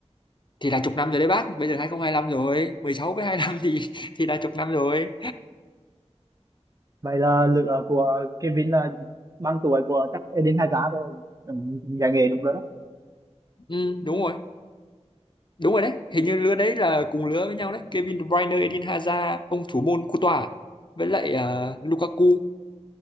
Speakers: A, on the left; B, on the right.
A: thì là chục năm rồi đấy bác bây giờ 2025 rồi 16 với 25 thì <laughs> thì là chục năm rồi
B: vậy là lựa của Kevin là bằng tuổi của chắc Eden Hazard rồi Ừ, giải nghệ đúng rồi đó
A: ừ, đúng rồi đúng rồi đấy hình như lứa đấy là cùng lứa với nhau đấy Kevin De Bruyne Eden Hazard ông thủ môn Courtois với lại ờ, Lukaku